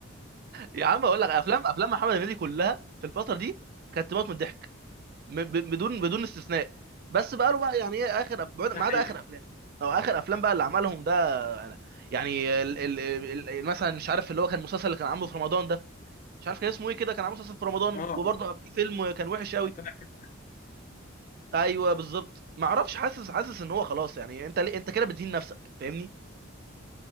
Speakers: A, on the right; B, on the left.
A: يا عم اقول لك افلام افلام محمد هنيدي كلها في الفتره دي كانت تموت من الضحك م- ب- بدون بدون استثناء بس بقى له بقى يعني ايه اخر أف- بعد- ما
B: ده حقيقي
A: عدا اخر افلام او اخر افلام بقى اللي عملهم ده يعني يعني ال- ال- ال- مثلا مش عارف اللي هو كان المسلسل اللي كان عامله في رمضان ده مش عارف كان اسمه ايه كده كان عامل مسلسل في رمضان
B: آه
A: وبرضه قبليه فيلم كان وحش قوي
B: كان طالع فيه
A: ايوه بالظبط ما اعرفش حاسس حاسس ان هو خلاص يعني انت ليه انت كده بتهين نفسك فاهمني